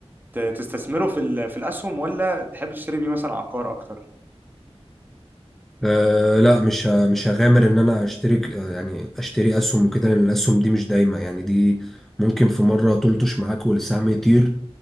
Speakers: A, on the right (about 20°); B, in the centre.
A: ت- تستثمره في ال... في الاسهم ولا تحب تشتري بيه مثلا عقار اكتر
B: أه لا مش ه- مش هغامر ان انا اشترك آه، يعني اشتري اسهم وكده لان الاسهم دي مش دايمه يعني دي ممكن في مره تلطش معاك والسهم يطير